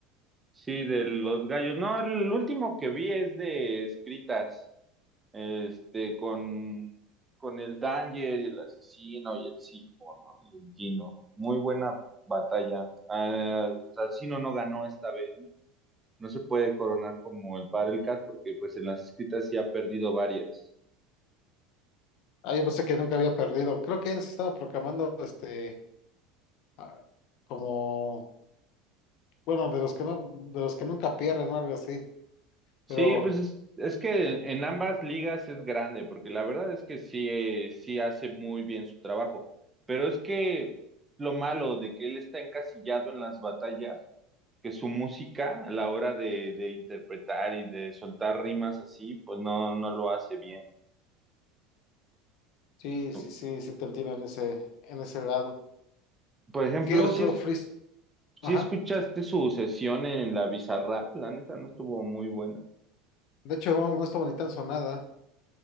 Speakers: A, on the right (about 15°); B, on the left (about 60°).
A: Sí, de los gallos. No, el último que vi es de escritas, este, con, con el Danger y el asesino y el Sifo, ¿no? Y el Gino. Muy buena batalla. Ah, asesino no ganó esta vez, no se puede coronar como el Cat porque pues en las escritas sí ha perdido varias.
B: Ah, yo pensé que nunca había perdido. Creo que él se estaba proclamando este ah, como bueno, de los que no, de los que nunca pierden o algo así.
A: Sí,
B: Pero
A: pues es, es que en ambas ligas es grande, porque la verdad es que sí, eh, sí hace muy bien su trabajo, pero es que lo malo de que él está encasillado en las batallas, que su música a la hora de, de interpretar y de soltar rimas así, pues no, no lo hace bien.
B: sí,
A: Por,
B: sí, sí, sí te entiendo en ese, en ese lado.
A: ejemplo,
B: ¿Qué otro
A: si, es,
B: freestyle? Ajá.
A: si escuchaste su sesión en la Bizarrap, la neta no estuvo muy buena.
B: De hecho, no, no estuvo ni tan sonada.